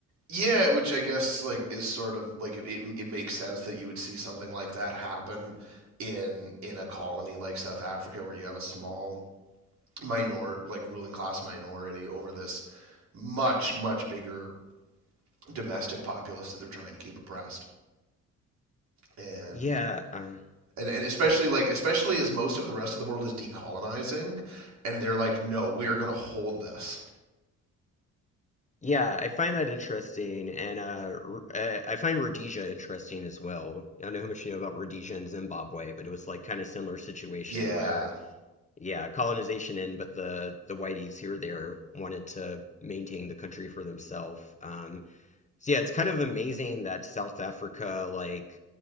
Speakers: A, on the right (about 65°); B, on the left (about 25°).
A: Yeah, which I guess like is sort of like it, it it makes sense that you would see something like that happen in in a colony like South Africa where you have a small minor like ruling class minority over this much much bigger domestic populace that they're trying to keep oppressed. And
B: Yeah, um,
A: and, and especially like especially as most of the rest of the world is decolonizing and they're like no, we're going to hold this.
B: Yeah, I find that interesting, and uh, R- uh, I find Rhodesia interesting as well. I don't know how much you know about Rhodesia and Zimbabwe, but it was like kind of similar situation
A: Yeah.
B: where, yeah, colonization in, but the the whiteys here or there wanted to maintain the country for themselves. Um, so yeah, it's kind of amazing that South Africa like